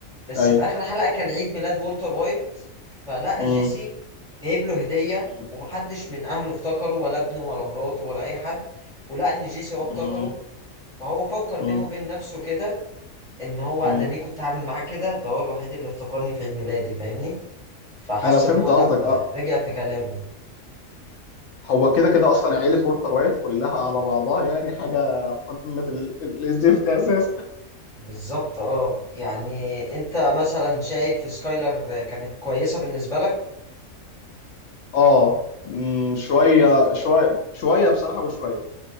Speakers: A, in the centre; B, on the left.
A: بس
B: ايوه
A: في اخر حلقة كان عيد ميلاد والتر وايت فلقى
B: مم.
A: جيسي جايب له هدية
B: مم.
A: ومحدش من اهله افتكره ولا ابنه ولا مراته ولا اي حد ولقى ان جيسي هو افتكره
B: مم.
A: فهو فكر
B: مم.
A: بينه وبين نفسه كده ان هو
B: مم.
A: انا ليه كنت عامل معاه كده ده هو الوحيد اللي افتكرني في عيد ميلادي فاهمني فحس
B: انا فهمت
A: ان هو لا
B: قصدك اه
A: رجع في كلامه
B: هو كده كده اصلا عيلة وولتر وايت كلها على بعضها يعني حاجة قمة ال- ال- الزفت اساسا
A: بالظبط اه يعني انت مثلا شايف سكايلر كانت كويسة بالنسبة لك
B: اه مم، شويه شويه شويه بصراحه وشويه